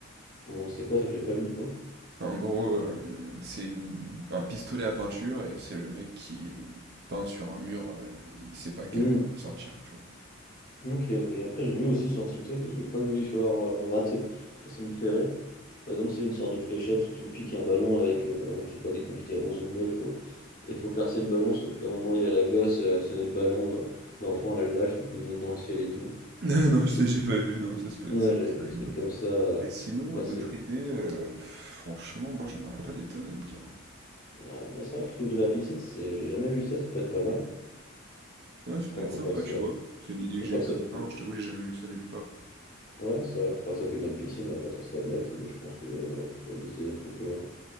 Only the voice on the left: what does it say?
Bon c'est quoi ça, j'ai pas vu du moins.
Hmm,
Ok ok, après j'ai vu aussi sur TikTok, j'ai vu plein de baby showers euh, ratés, ça, ça me fait rire.
Par exemple c'est une sorte de fléchette où tu piques un ballon avec euh, par exemple je sais pas des confettis roses et bleues, faut... et faut percer le ballon sauf qu'à un moment il y a la gosse, euh, elle tenait le ballon, euh, l'enfant elle lâche, du coup il monte dans le ciel et tout.
Des...
Ouais
j'avais
des
trucs comme ça, euh,
assez...
Ouais, non, bah ça, le truc de la piscine, c'est j'ai jamais vu ça, ça peut être pas mal.
Après,
faut
pas que ça,
faut
pas
que
ça, pollue-
ouais, non, c'est vrai, faut pas que ça pollue notre piscine. Après, ça serait bête, mais je pense que euh, peut exister des trucs, euh,